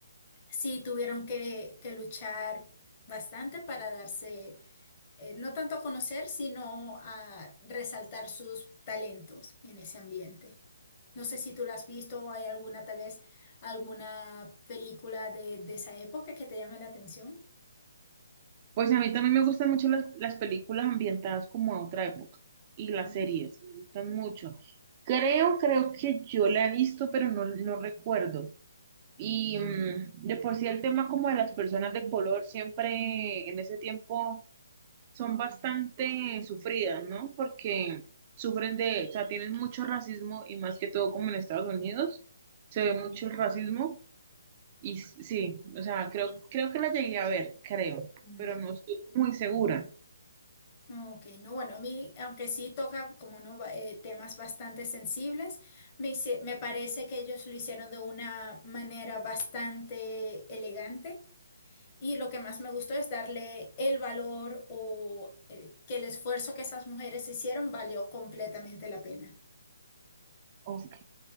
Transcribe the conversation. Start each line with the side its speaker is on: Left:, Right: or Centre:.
Left: sí tuvieron que, que luchar bastante para darse eh, no tanto a conocer, sino a resaltar sus talentos en ese ambiente. No sé si tú lo has visto o hay alguna, tal vez, alguna película de, de esa época que te llame la atención.
Right: pues a mí también me gustan mucho las, las películas ambientadas como a otra época. Y las
Left: Mm,
Right: series, me gustan mucho. Creo, creo que yo la he visto, pero no, no recuerdo. Y mm, de por sí el tema como de las personas de color siempre en ese tiempo son bastante sufridas, ¿no? Porque sufren de, o sea, tienen mucho racismo y más que todo como en Estados Unidos se ve mucho el racismo y s- sí, o sea, creo, creo que la llegué a ver, creo,
Left: mm.
Right: pero no estoy muy segura.
Left: Ok, no, bueno, a mí, aunque sí toca como no, va- eh, temas bastante sensibles, me, hice- me parece que ellos lo hicieron de una manera bastante elegante Y lo que más me gustó es darle el valor o el- que el esfuerzo que esas mujeres hicieron valió completamente la pena.
Right: Ok,